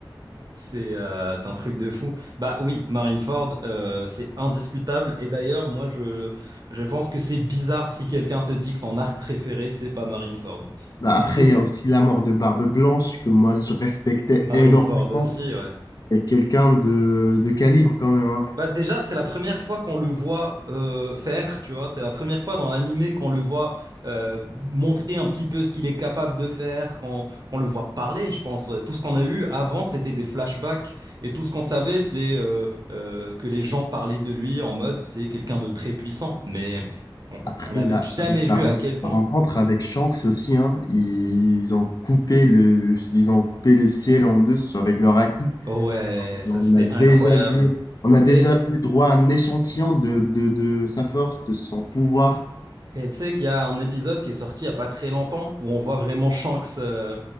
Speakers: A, on the right; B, on the left.
A: c'est euh, c'est un truc de fou. Bah oui, Marineford, euh, c'est indiscutable. Et d'ailleurs, moi, je, je pense que c'est bizarre si quelqu'un te dit que son arc préféré, c'est pas Marineford.
B: Ben, après,
A: Du coup,
B: il y a aussi la mort de Barbe Blanche que moi, je respectais
A: Marineford
B: énormément.
A: aussi, ouais.
B: C'est quelqu'un de, de calibre quand même. hein.
A: Bah déjà, c'est la première fois qu'on le voit euh, faire, tu vois. C'est la première fois dans l'animé qu'on le voit euh, montrer un petit peu ce qu'il est capable de faire, qu'on qu'on le voit parler, je pense. Tout ce qu'on a eu avant, c'était des flashbacks. Et tout ce qu'on savait, c'est euh, euh, que les gens parlaient de lui en mode c'est quelqu'un de très puissant. Mais on
B: Après,
A: on n'avait
B: il a-
A: jamais
B: avec sa,
A: vu
B: ren-
A: à quel point.
B: sa rencontre avec Shanks aussi, hein, ils ont coupé le, le- ils ont coupé le ciel en deux sur- avec leur acquis.
A: Oh ouais, ça
B: On
A: c'était
B: a déjà
A: incroyable.
B: vu, on a déjà
A: et
B: eu droit à un échantillon de, de, de sa force, de son pouvoir.
A: Et tu sais qu'il y a un épisode qui est sorti il y a pas très longtemps où on voit vraiment Shanks, euh,